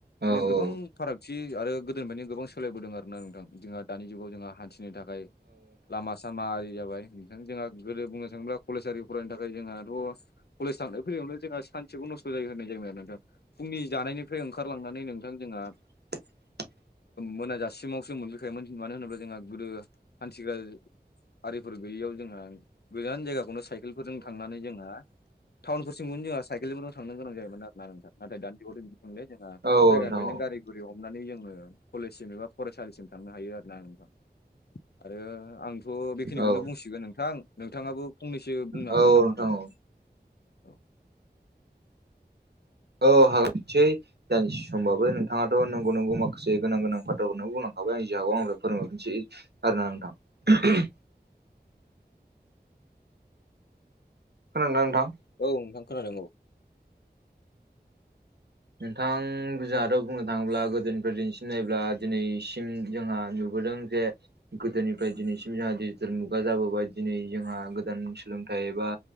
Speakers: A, on the left (about 70°); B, on the right (about 70°).
A: बिदिनो
B: औ
A: गोबां
B: औ नोंथां औ नोंथां औ
A: फारागथि आरो गोदोनिफ्रायनो गोबां सोलायबोदों आरोन ना नोंथां जोंहा दानि जुगाव जोंहा हान्थिनो थाखाय लामा सामा आरि जाबाय नोंथां जोंहा गोदो बुंनो थाङोब्ला कलेजारि फरायनो थाखाय ओमफ्राय जोंहाथ' कलेज थांनाय फैनायावनो जोंहा सानसेखौ नस्थ' जायो होननाय जायोमोन‌ आरो नोंथां फुंनि जानायनिफ्राय ओंखारलांनानै नोंथां जोंहा
B: <inaudible>
A: मोनाजासिमावसो मोनफैखायोमोन मानो होनोब्ला जोंहा गोदो हान्थिग्रा आरिफोर गैयैयाव जोंहा गोजान जान जायगाखौनो साय केलफोरजों थांनानै जोंहा टाउनफोर सिमखौनो जोंहा साइकेलफोरजों थांनो गोनां जायोमोन आरो ना नोंथां। नाथाय दानि जुगाव थ' बिदि थांले जोंहा
B: औ
A: जायगानिफायनो
B: नोंथां
A: गारि ओरै हमनानै जोङो कलेजसिम एबा फरायसालिसिम थांनो हायो आरो ना नोंथां। आरो आंथ' बेखिनिखौनो
B: औ
A: बुंसिगोन नोंथां नोंथाङाबो फंनैसो ब्ला
B: औ
A: हागोन नामा नोंथां।
B: औ
A: औ
B: औ हागोन <unintelligible> सै दानदिसे समबाबो नोंथाङाथ' नंगौ नंगौ माखासे गोनां गोनां फाथ्राखौनो बुंलांखाबाय आं जिहागौ आंनिफाय फोरमाय हरनोसै। आरो ना नोंथां। खोनादों नोंथां?
A: औ नोंथां खोनादों औ।
B: नोंथां जाहाथ' बुंनो थाङोब्ला गोदोनिफ्राय दिनैसिम नायोब्ला दिनैसिम जोंहा नु बोदों जे गोदोनिफ्राय दिनैसिम जाहा दिडिजिटेल मुगा जाबोबाय दिनै जोंहा गोदान सोलोंथाइ एबा